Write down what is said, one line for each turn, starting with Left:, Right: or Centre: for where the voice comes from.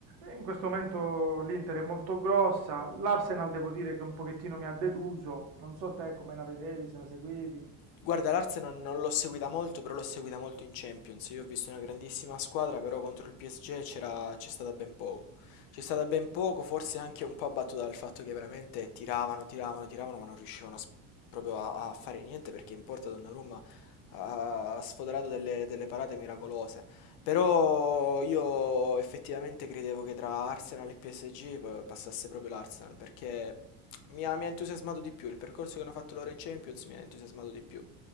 Right: eh, in questo momento l'Inter è molto grossa, l'Arsenal devo dire che un pochettino mi ha deluso, non so te come la vedevi, se la seguivi.
Left: Guarda, l'Arsenal non l'ho seguita molto, però l'ho seguita molto in Champions. Io ho visto una grandissima squadra, però contro il PSG c'era, c'è stata ben poco. C'è stata ben poco, forse anche un po' abbattuta dal fatto che veramente tiravano, tiravano, tiravano, ma non riuscivano a s- proprio a, a fare niente perché in porta Donnarumma ha, ha sfoderato delle, delle parate miracolose. Però io effettivamente credevo che tra Arsenal e PSG pa- passasse proprio l'Arsenal, perché mi ha, mi ha entusiasmato di più, il percorso che hanno fatto loro in Champions mi ha entusiasmato di più.